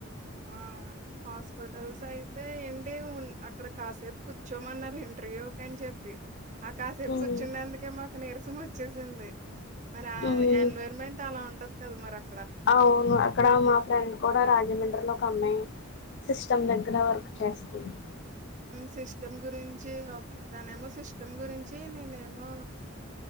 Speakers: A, on the right; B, on the left.
A: ఆ హాస్పిటల్స్ అయితే ఏంటి అక్కడ కాసేపు కూర్చోమన్నారు ఇంటర్వ్యూ అని చె పి ఆ కాసేపు
B: ఉమ్
A: కూర్చున్నందుకే మాకు నీరసం వచ్చేసింది మరి ఆ
B: ఉమ్
A: ఎన్వైర్న్మెంట్ అలా ఉండదు కదా మరి అ
B: అవును అక్కడ మా ఫ్రెండ్ కూడ రాజమండ్రి లోకి అమ్మాయి సిస్టమ్
A: హ్మ్.
B: దగ్గర వర్ చేస్తుంది
A: సిస్టమ్ గురించి ఒక తనే ఏమో సిస్టమ్ గురించి నేనేమో